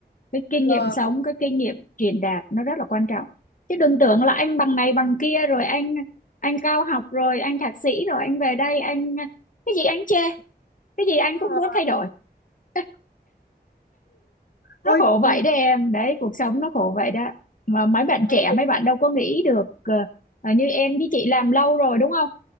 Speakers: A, on the left; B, on the left.
A: cái kinh
B: Ờ,
A: nghiệm sống cái kinh nghiệm truyền đạt nó rất là quan trọng chứ đừng tưởng là anh bằng này bằng kia rồi anh anh cao học rồi anh thạc sĩ rồi anh về đây anh cái gì anh chê cái gì anh
B: đúng
A: cũng
B: rồi.
A: muốn thay đổi <laughs> nó
B: ôi
A: khổ vậy
B: ừ,
A: đấy em đấy cuộc sống nó khổ vậy đó mà mấy bạn trẻ
B: hay
A: mấy bạn đâu có nghĩ được ờ, ờ, như em với chị làm lâu rồi đúng không